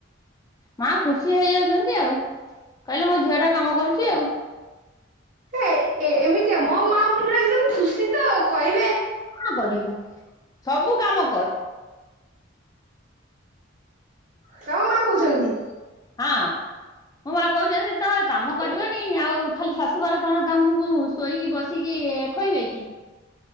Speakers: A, on the left; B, on the right.
A: ମା ଖୁସି ହେଇଯାଉଛନ୍ତି ଆଉ, କହିଲେ ମୋ ଝିଅଟା କାମ କରୁଛି ଆଉ।
B: ଏ ଏମିତିଆ ମୋ ମା ପୁରା ଏକଦମ ଖୁସି ତ, କହିବେ
A: କଣ କରିବୁ, ସବୁ କାମ କର।
B: ତମ ମା ହଉଛନ୍ତି
A: ହଁ। ମୋ ମା କହୁଛନ୍ତି ତମେ କାମ କରିବନି, ଆଉ ଖାଲି ଶାଶୁ ଘରେ କଣ ତମକୁ ଶୋଇକି ବସିକି ଖୋଇବେ କି?